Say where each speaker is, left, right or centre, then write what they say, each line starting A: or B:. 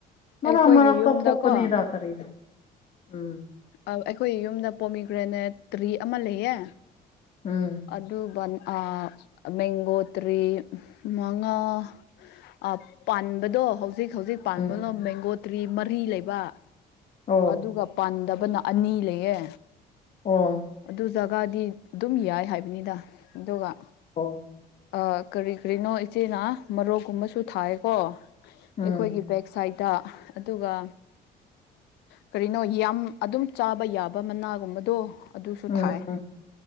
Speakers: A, on the left; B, on the left.
A: ꯃꯔ
B: ꯑꯩꯈꯣꯏꯒꯤ
A: ꯃꯔꯛꯇ
B: ꯌꯨꯝꯗꯀꯣ
A: ꯊꯣꯛꯄꯅꯤꯗ ꯀꯔꯤꯅꯣ ꯎꯝ
B: ꯑꯧ ꯑꯩꯈꯣꯏ ꯌꯨꯝꯗ ꯄꯣꯃꯤꯒ꯭ꯔꯅꯦꯠ ꯇ꯭ꯔꯤ ꯑꯃ ꯂꯩꯌꯦ
A: ꯎꯝ
B: ꯑꯗꯨ ꯕꯟ ꯑ ꯃꯦꯒꯣꯇ꯭ꯔꯤ ꯃꯉꯥ ꯑꯥ ꯄꯥꯟꯕꯗꯣ ꯍꯧꯖꯤꯛ ꯍꯧꯖꯤꯛ ꯄꯥꯟꯕꯉꯝ
A: ꯎꯝ
B: ꯃꯦꯡꯒꯣ ꯇ꯭ꯔꯤ ꯃꯔꯤ ꯂꯩꯕ
A: ꯑꯣ
B: ꯑꯗꯨꯒꯞ ꯄꯥꯟꯗꯕꯅ ꯑꯅꯤ ꯂꯩꯌꯦ
A: ꯑꯣ
B: ꯑꯗꯨ ꯖꯥꯒꯥꯗꯤ ꯗꯨꯝ ꯌꯥꯏ ꯍꯥꯏꯕꯅꯤꯗ ꯑꯗꯨꯒ
A: ꯑꯣ
B: ꯑ ꯀꯔꯤ ꯀꯔꯤꯅꯣ ꯏꯆꯦꯅ ꯃꯔꯣꯛꯀꯨꯝꯕꯁꯨ ꯊꯥꯏꯌꯦ ꯀꯣ
A: ꯎꯝ
B: ꯑꯩꯈꯣꯏꯒꯤ ꯕꯦꯛ ꯁꯥꯏꯠꯇ ꯑꯗꯨꯒ ꯀꯔꯤꯅꯣ ꯌꯥꯝ ꯑꯗꯨꯝ ꯆꯥꯕ ꯌꯥꯕ ꯃꯅꯥꯒꯨꯝꯕꯗꯣ ꯑꯗꯨꯁꯨ
A: ꯎꯝ
B: ꯊꯥꯏ
A: ꯎꯝ